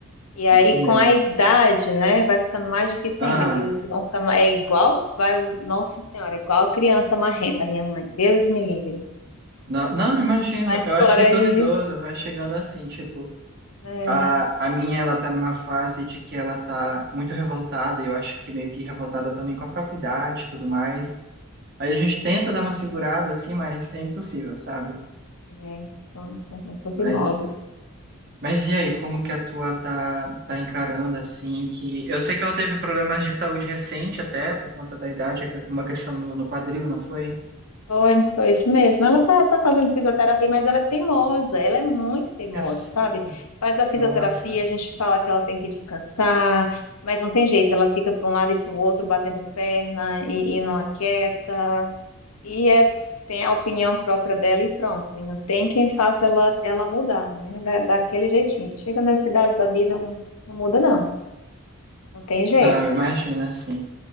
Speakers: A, on the left; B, on the right.
A: E aí,
B: Isso mesmo.
A: com a idade, né? Vai ficando mais difícil
B: Ah,
A: ainda, que eles vão ficando. É igual, vai, Nossa Senhora, é igual criança marrenta, a minha mãe. Deus me livre.
B: não, não, imagino.
A: Mas
B: Eu acho
A: fora
B: que todo
A: isso,
B: idoso vai chegando assim, tipo,
A: é,
B: a, a minha, ela tá numa fase de que ela tá muito revoltada, e eu acho que meio que revoltada também com a própria idade e tudo mais. Aí a gente tenta dar uma segurada assim, mas é impossível, sabe?
A: é, são, são, são teimosas.
B: Mas Mas e aí, como que a tua tá, tá encarando assim que eu sei que ela teve problemas de saúde recente até por conta da idade, é que- uma questão no, no quadril, não foi?
A: Foi, foi isso mesmo. Ela tá, tá fazendo fisioterapia, mas ela é teimosa, ela é muito teimosa,
B: Eu sei.
A: sabe? Faz a fisioterapia,
B: Nossa.
A: a gente fala que ela tem que descansar, mas não tem jeito, ela fica para um lado e para o outro, batendo perna e, e não aquieta, e é, tem a opinião própria dela e pronto. E não tem quem faça ela, ela mudar, né? Da- Daquele jeitinho. Chega nessa idade da vida, não, não muda, não. Não tem jeito.
B: Não, imagina assim.